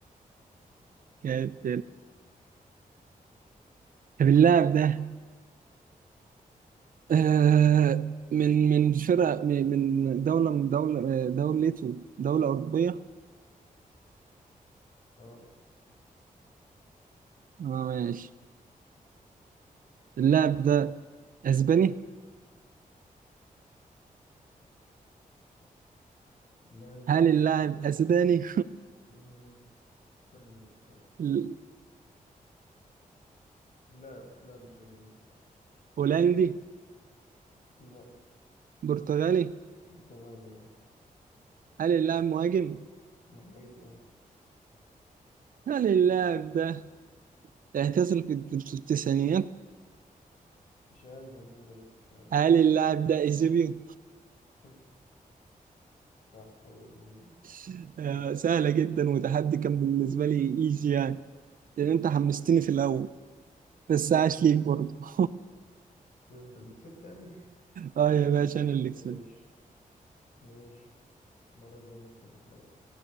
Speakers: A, on the right; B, on the left.
A: كانت طب اللاعب ده آه من من فرقة من من دولة من دولة آه، دولته دولة أوروبية
B: اه
A: اه ماشي اللاعب ده أسباني
B: اللاعب ده
A: هل اللاعب
B: اسباني
A: اسباني
B: مم، استنى مش فاكر
A: <laughs>
B: لا لا مش اسباني
A: هولندي
B: لا
A: برتغالي
B: برتغالي اه
A: هل اللاعب مهاجم
B: مهاجم اه
A: هل اللاعب ده اعتزل في الت- في التسعينيات
B: مش عارف اعتذر امتى مش عارف
A: هل اللاعب ده ايجيبيو
B: <laughs> صح هو ازيلي
A: <laughs> آه،
B: مم.
A: سهلة جدا وتحدي كان بالنسبة لي ايجي يعني لان انت حمستني في الاول بس
B: مم.
A: عاش ليك برضه <laughs>
B: كده انت اللي كسبت يعني
A: اه يا باشا انا اللي كسبت
B: ماشي ماشي المرة الجاية نكسب احنا بقى